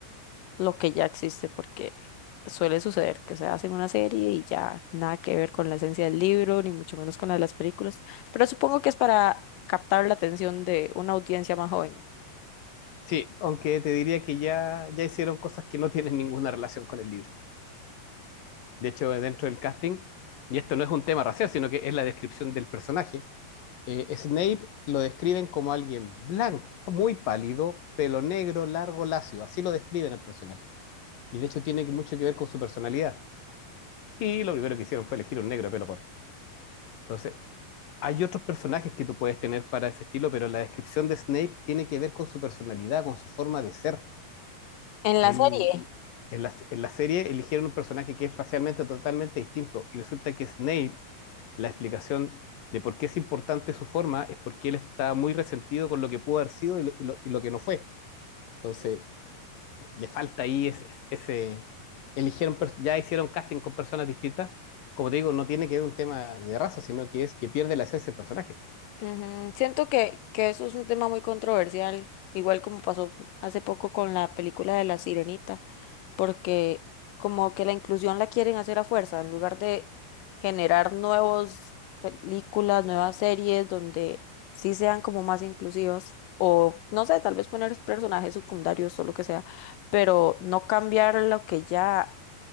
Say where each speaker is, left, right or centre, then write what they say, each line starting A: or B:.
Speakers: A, on the left; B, on the left.
A: lo que ya existe, porque suele suceder que se hacen una serie y ya nada que ver con la esencia del libro, ni mucho menos con la de las películas, pero supongo que es para captar la atención de una audiencia más joven.
B: Sí, aunque te diría que ya, ya hicieron cosas que no tienen ninguna relación con el libro. De hecho, dentro del casting, y esto no es un tema racial, sino que es la descripción del personaje, eh, Snape lo describen como alguien blanco, muy pálido, pelo negro, largo, lacio. Así lo describen el personaje. Y de hecho tiene que- mucho que ver con su personalidad. Y lo primero que hicieron fue elegir un negro de pelo corto. Entonces, hay otros personajes que tú puedes tener para ese estilo, pero la descripción de Snape tiene que ver con su personalidad, con su forma de ser.
A: En
B: Él,
A: la serie,
B: en la, en la serie eligieron un personaje que es racialmente totalmente distinto. Y resulta que Snape, la explicación de por qué es importante su forma es porque él está muy resentido con lo que pudo haber sido y lo, y lo- y lo que no fue. Entonces, le falta ahí ese, ese- eligieron, per- ya hicieron casting con personas distintas. Como te digo, no tiene que ver un tema de raza, sino que es que pierde la esencia del personaje.
A: ujú, siento que, que eso es un tema muy controversial, igual como pasó hace poco con la película de La Sirenita. porque como que la inclusión la quieren hacer a fuerza, en lugar de generar nuevas películas, nuevas series donde sí sean como más inclusivos, o no sé, tal vez poner personajes secundarios o lo que sea, pero no cambiar lo que ya,